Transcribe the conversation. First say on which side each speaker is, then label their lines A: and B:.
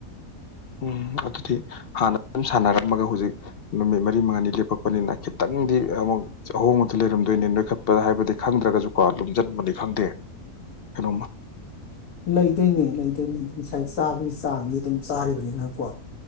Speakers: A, on the left; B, on the left.
A: ꯎꯝ ꯑꯗꯨꯗꯤ ꯍꯥꯟꯅ ꯐꯖꯅ ꯁꯥꯟꯅꯔꯝꯃꯒ ꯍꯨꯖꯤꯛ ꯅꯨꯃꯤꯠ ꯃꯔꯤ ꯃꯉꯥꯅꯤ ꯂꯦꯞꯄꯛꯄꯅꯤꯅ ꯈꯤꯇꯪꯗꯤ ꯑꯃꯨꯛ ꯑꯍꯣꯡꯕꯗꯨ ꯂꯩꯔꯝꯗꯣꯏꯅꯤ ꯅꯣꯏꯈꯠꯄꯗ ꯍꯥꯏꯕꯗꯤ ꯈꯪꯗ꯭ꯔꯒꯁꯨꯀꯣ ꯂꯨꯝꯖꯤꯟꯕꯅꯤ ꯈꯪꯗꯦ ꯀꯩꯅꯣꯝꯃ
B: ꯂꯩꯗꯣꯏꯅꯦ ꯂꯩꯗꯣꯏꯅꯦ ꯑꯗꯨꯝ ꯉꯁꯥꯏ ꯆꯥꯕꯒꯤ ꯆꯥꯡꯗꯤ ꯑꯗꯨꯝ ꯆꯥꯔꯤꯕꯅꯤꯅ ꯀꯣ